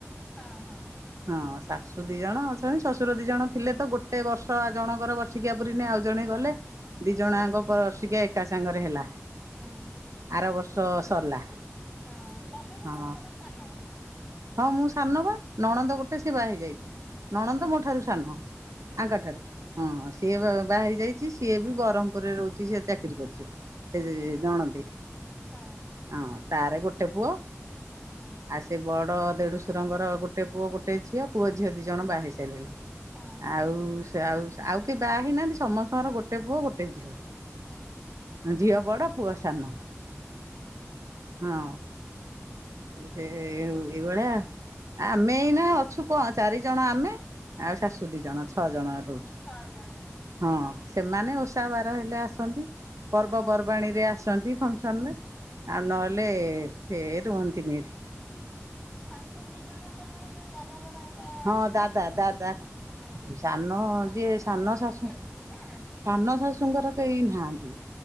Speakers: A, in the centre; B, on the right (about 80°).
A: ହଁ ହଁ
B: ହଁ ଶାଶୁ ଦି ଜଣ ଅଛନ୍ତି ଶ୍ୱଶୁର ଦି ଜଣ ଥିଲେ ତ ଗୋଟେ ବର୍ଷ ଆ ଜଣଙ୍କର ବର୍ଷ ବାର୍ଷିକୀଆ ପୁରିନି ଆଉ ଜଣେ ଗଲେ, ଦି ଜଣ
A: ଓହୋ
B: ଯାକ ବାର୍ଷିକୀଆ ଏକା ସାଙ୍ଗରେ ହେଲା।
A: ହୁଁ
B: ଆର ବର୍ଷ ସରିଲା
A: ହଁ ତମେ ବୋଧେ
B: ହଁ
A: ସବା ସାନ।
B: ହଁ ମୁଁ ସାନ ବା ନଣନ୍ଦ
A: ହୁଁ
B: ଗୋଟେ ସେ ବାହା ହେଇଯାଇଛି ନଣନ୍ଦ
A: ଓହୋ
B: ମୋ ଠାରୁ ସାନ
A: ହୁଁ
B: ଆଙ୍କଠାରୁ। ହଁ
A: ହୁଁ
B: ସିଏ ବା ହେଇ ଯାଇଛି ସିଏ ବି ବ୍ରହ୍ମପୁରରେ ରହୁଛି ସ ଚାକିରି କରୁଛି।
A: ହୁଁ
B: ଜଣନ୍ତି
A: ହଁ
B: ହଁ ତାର ଗୋଟେ ପୁଅ
A: ହୁଁ
B: ଆ ସେ ବଡ ଦେଢସୁରଙ୍କର ଗୋଟେ ପୁଅ ଗୋଟେ ଝିଅ, ପୁଅ ଝିଅ ଦି ଜଣ ବାହା ସାରିଲେଣି।
A: ହଁ ହଁ
B: ଆଉ ସେ ଆଉ ଆଉ କେହି ବାହା ହେଇନାହାନ୍ତି ସମସ୍ତଙ୍କର ଗୋଟେ ପୁଅ ଗୋଟେ ଝିଅ।
A: ହୁଁ
B: ଜି ଆଉ ବଡ ପୁଅ ସାନ
A: ହୁଁ
B: ହଁ ଆଉ ସେ ଏଇ ହଉ ଏଇ ଭଳିଆ ଆମେ ଏଇନା ଅଛୁ କଣ ଚାରିଜଣ ଆମେ ଆଉ ଶାଶୁ
A: ହୁଁ
B: ଦିଇ ଜଣ ଛଅ ଜଣ ରହୁଛୁ
A: ଛଅ ଜଣ
B: ହଁ ସେମାନେ ଓଷା ବାର ହେଲେ ଆସନ୍ତି, ପର୍ବପର୍ବାଣୀରେ
A: ହଁ
B: ଆସନ୍ତି ଫଙ୍କସନ ରେ। ଆଉ
A: ହୁଁ।
B: ନହେଲେ ହେ ରୁହନ୍ତିନି ଏଠି।
A: ଏ ଶାଶୁ ଦି ଜଣ କଣ ଏଇ ଯୋଉ ଦାଦା ବଡ଼ ବାପା
B: ହଁ
A: ମାନେ।
B: ଦାଦା
A: ହଁ
B: ଦାଦା ସାନ
A: ମ ତମର
B: ଯିଏ
A: ପୁରା
B: ସାନ
A: ଜଏଣ୍ଟ
B: ଶାଶୁ
A: ଫ୍ୟାମିଲି ନା।
B: ସାନ ଶାଶୁଙ୍କର କେହି ନାହାଁନ୍ତି।